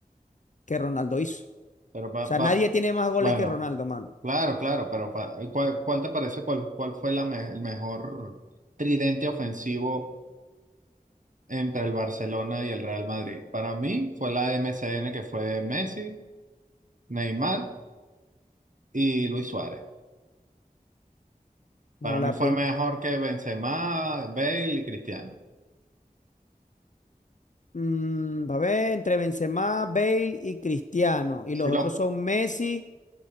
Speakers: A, on the left; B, on the right.
A: que Ronaldo hizo.
B: Pero
A: O
B: pa-
A: sea,
B: pa-
A: nadie tiene más goles
B: bueno,
A: que Ronaldo, mano.
B: claro, claro, pero pa- ¿cuál, cuál te parece, cuál, cuál fue la me- el mejor tridente ofensivo entre el Barcelona y el Real Madrid? Para mí fue la MCN que fue Messi, Neymar y Luis Suárez. Para
A: No, la
B: mí fue
A: prim-
B: mejor que Benzema, Bale y Cristiano.
A: Mm, a ver, entre Benzema, Bale y Cristiano, y
B: Sí,
A: los
B: los
A: otros son Messi.